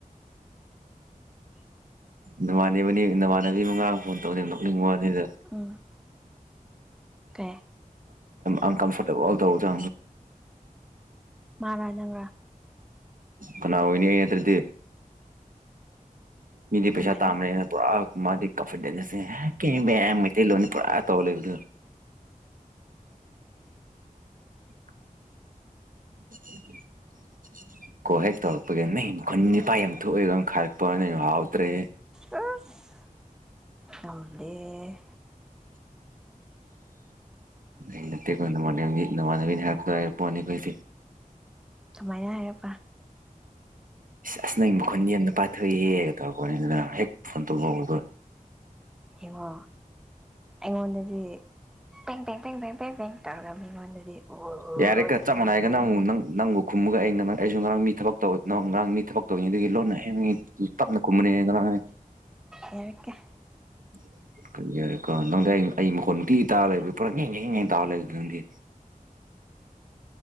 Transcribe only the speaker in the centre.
ꯎꯝ ꯀꯩ
ꯃꯥꯔꯥꯖꯕ
ꯀꯃꯥꯏꯅ
ꯎꯝ
ꯑꯁ ꯉꯝꯗꯦ
ꯁꯨꯃꯥꯏꯅ ꯍꯥꯏꯔꯕ꯭ꯔꯥ
ꯌꯦꯡꯉꯣ ꯑꯩꯉꯣꯟꯗꯗꯤ ꯄꯦꯡ ꯄꯦꯡ ꯄꯦꯡ ꯄꯦꯡ ꯄꯦꯡ ꯄꯦꯡ ꯇꯧꯔꯒ ꯃꯤꯉꯣꯟꯗꯗꯤ ꯑꯣ
ꯇꯧꯕꯒꯤꯅꯦ
ꯑꯗ
ꯌꯦꯀꯦ